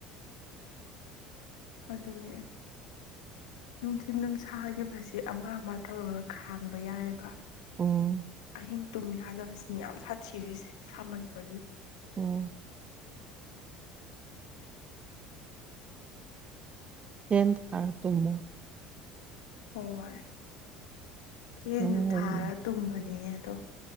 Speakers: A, on the left (about 80°); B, on the right (about 30°).
A: ꯑꯗꯨꯅꯦ꯫ ꯅꯨꯡꯊꯤꯟ ꯅꯨꯡ ꯁꯥꯈꯤꯕꯁꯤ ꯑꯃ ꯑꯃ ꯇꯧꯔꯒ ꯈꯥꯡꯕ ꯌꯥꯏꯑꯦꯕ꯫
B: ꯎꯝ
A: ꯑꯍꯤꯡ ꯇꯨꯝ ꯌꯥꯗꯕꯁꯤꯅꯤ ꯌꯥꯝ ꯁꯥꯊꯤꯔꯤꯁꯦ ꯁꯥꯃꯟꯕꯒꯤ꯫
B: ꯎꯝ ꯐꯦꯟ ꯊꯥꯔ ꯇꯨꯝꯃꯨ꯫
A: ꯍꯣꯏ ꯐꯦꯟꯗꯤ
B: ꯅꯨꯡꯉꯥꯏꯕꯅꯤ
A: ꯊꯥꯔ ꯇꯨꯝꯕꯅꯦ ꯑꯗꯣ꯫